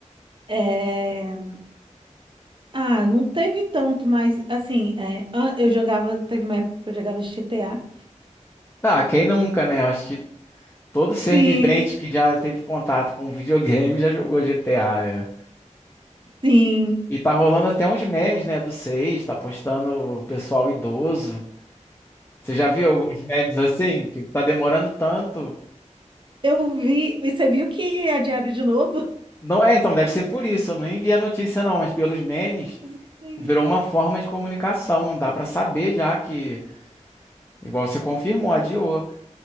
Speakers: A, on the right; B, on the left.
A: É, Ah, não teve tanto, mas assim, é, an- eu jogava, teve uma época que eu jogava GTA.
B: Ah, quem nunca, né? Eu acho que todo ser
A: Sim,
B: vivente que já teve contato com videogame já jogou GTA. é.
A: sim.
B: E tá rolando até uns memes, né, do 6, tá postando o pessoal idoso. Você já viu alguns memes assim que tá demorando tanto?
A: Eu vi. e Você viu que é diário de novo?
B: Não, é, então deve ser por isso. Eu nem vi a notícia não, mas pelos memes
A: <laughs> Sim.
B: Virou uma forma de comunicação, dá pra saber já que, igual você confirmou, adiou.